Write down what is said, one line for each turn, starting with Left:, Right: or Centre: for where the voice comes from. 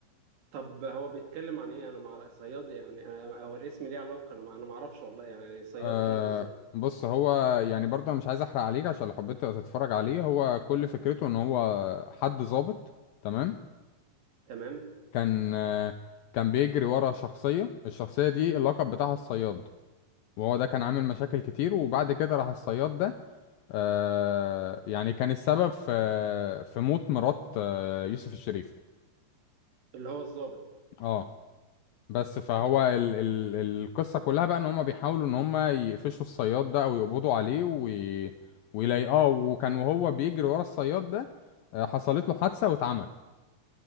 Right: طب هو بيتكلم عن ايه انا مع رأي صياد يعني آه، آه، هو الاسم ليه علاقة انا ما انا ما اعرفش والله يعني صياد
Left: آه
Right: ايه بالظبط
Left: بص هو يعني برضه أنا مش عايز احرق عليك عشان لو حبيت تتفرج عليه هو كل فكرته ان هو حد ظابط تمام
Right: تمام
Left: كان آه كان بيجري ورا شخصيه الشخصيه دي اللقب بتاعها الصياد وهو ده كان عامل مشاكل كتير وبعد كده راح الصياد ده آه يعني كان السبب في في موت مرات آه يوسف الشريف
Right: اللي هو الضابط
Left: اه بس فهو ال ال القصة كلها بقى ان هم بيحاولوا ان هم يقفشوا الصياد ده او يقبضوا عليه وي ويلاقيه وكان وهو بيجري ورا الصياد ده آه حصلت له حادثة واتعمى